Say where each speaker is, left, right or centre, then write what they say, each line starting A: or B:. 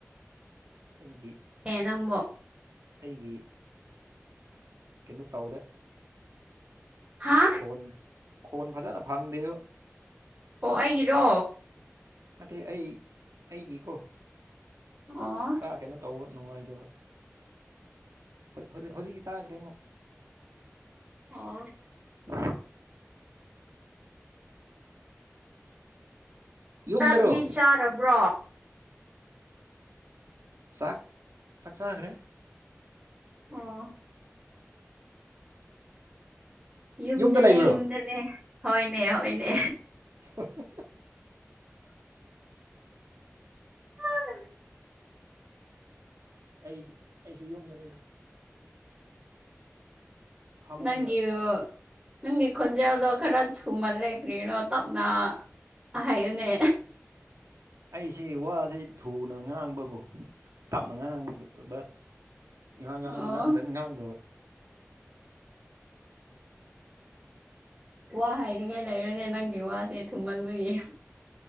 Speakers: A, on the right; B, on the right.
A: ꯑꯩꯒꯤ
B: ꯑꯦ ꯅꯪꯕꯣ
A: ꯑꯩꯒꯤ ꯀꯩꯅꯣ ꯇꯧꯔꯦ
B: ꯍꯥ
A: ꯈꯣꯟ ꯈꯣꯟ ꯐꯖꯅ ꯐꯪꯗꯦ
B: ꯑꯣ ꯑꯩꯒꯤꯔꯣ
A: ꯅꯇꯦ ꯑꯩ ꯑꯩꯒꯤꯀꯣ
B: ꯑꯣ
A: ꯈꯔ ꯀꯩꯅꯣ ꯇꯧꯕ ꯅꯨꯡꯉꯥꯏꯗꯕꯖꯤꯛ ꯍꯧꯖꯤꯛꯀꯤ ꯇꯥꯈ꯭ꯔꯦ ꯑꯃꯨꯛ
B: ꯑꯣ
A: ꯎ ꯌꯨꯝꯗꯔꯣ
B: ꯇꯥꯛꯂꯤ ꯆꯥꯔꯕ꯭ꯔꯣ
A: ꯆꯥꯛ ꯆꯥꯛ ꯆꯥꯈ꯭ꯔꯦ
B: ꯑ ꯌꯨꯝꯗꯅꯦ
A: ꯌꯨꯝꯗ ꯂꯩꯕ꯭ꯔꯣ
B: ꯌꯨꯝꯗꯅꯦ ꯍꯣꯏꯅꯦ ꯍꯣꯏꯅꯦ
A: ꯍꯣ ꯍꯣ
B: ꯎꯝ
A: ꯑꯁ ꯑꯩ ꯑꯩꯁꯨ ꯌꯨꯝꯗꯅꯤꯗ ꯐꯃꯨꯡꯗ
B: ꯅꯪꯒꯤ ꯅꯪꯒꯤ ꯈꯣꯟꯖꯦꯜꯗꯣ ꯈꯔ ꯊꯨꯃꯜꯂꯦ ꯀꯔꯤꯅꯣ ꯇꯞꯅ ꯍꯥꯏꯌꯨꯅꯦ
A: ꯑꯩꯁꯦ ꯋꯥꯁꯤ ꯊꯨꯅ ꯉꯥꯡꯕꯀꯣ ꯇꯞꯅ ꯉꯥꯡꯕ ꯉꯥꯡ ꯉꯥꯡ
B: ꯑꯣ
A: ꯉꯥꯡꯗꯪ ꯉꯥꯡꯗꯕ
B: ꯋꯥ ꯍꯥꯏꯗꯤꯉꯩ ꯂꯩꯔꯨꯅꯦ ꯅꯪꯒꯤ ꯋꯥꯁꯦ ꯊꯨꯃꯟꯕꯒꯤ